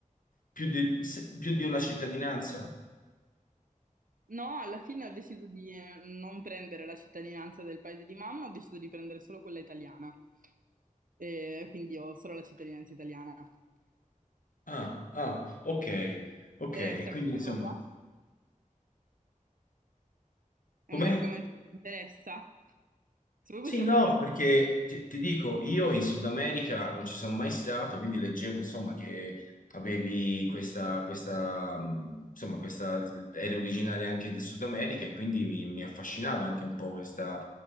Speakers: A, on the left; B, on the right.
A: più di, se- più di una cittadinanza?
B: No, alla fine ho deciso di eh, non prendere la cittadinanza del paese di mamma, ho deciso di prendere solo quella italiana. E quindi ho solo la cittadinanza italiana. Ti
A: Ah, ah, ok, ok,
B: interessa
A: quindi
B: questa
A: insomma,
B: cosa? È
A: come?
B: un argomento che mi interessa? Se voi
A: Sì,
B: possiamo
A: no,
B: parlare
A: perché
B: di questo,
A: ti, ti dico, io in Sud America non ci sono mai stato, quindi leggevo insomma che avevi questa, questa, mh, insomma, questa, eri originaria anche del Sud America e quindi mi, mi affascinava anche un po' questa,